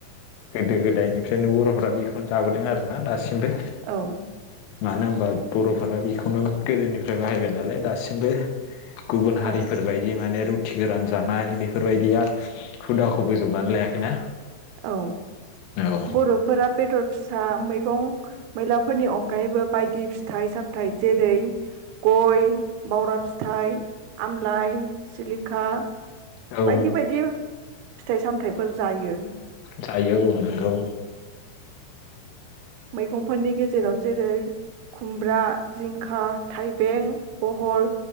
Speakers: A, on the left; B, on the right.
A: गोदो गोदायनिफ्रायनो बर'फोरा बेखौनो जाबोदों आरो ना दा सिमबो
B: औ
A: मानो होनबा बर'फोरा बेखौनो गोदोनिफ्राय बाहायबाय नालाय दासिमबो गुबुन हारिफोरबायदि
B: औ
A: माने रुथि गोरान जानाय बेफोरबायदिया हुदाखौ बोजबनानै लायाखैना
B: औ
A: औ
B: बर'फोरा बेदर फिसा मैगं मैलाफोरनि अनगायैबो बायदि फिथाइ सामथाइ जेरै गय बावरा फिथाइ आमलाय सिलिक खा
A: औ
B: बायदि बायदि फिथाइ सामथायाइफोर जायो
A: जायो ओ नोंगौ।
B: मैगंफोरनि गेजे जेराव जेरै खुमब्रा जिंखा थाइबें बहल